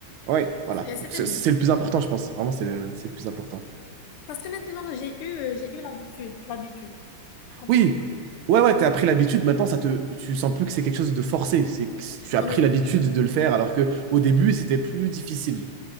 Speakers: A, on the right (about 75°); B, on the left (about 85°).
A: Ouais, voilà.
B: Et c'était
A: Donc, C'est
B: bien.
A: c'est le plus important, je pense. Vraiment, c'est le, c'est le plus important.
B: Parce que maintenant, j'ai eu j'ai eu l'habitude, l'habitude, tu comprends?
A: Oui, ouais, ouais, t'as pris l'habitude. Maintenant, ça te, tu sens plus que c'est quelque chose de forcé. C'est que tu as
B: Oui,
A: pris l'habitude de le faire, alors que au début, c'était plus difficile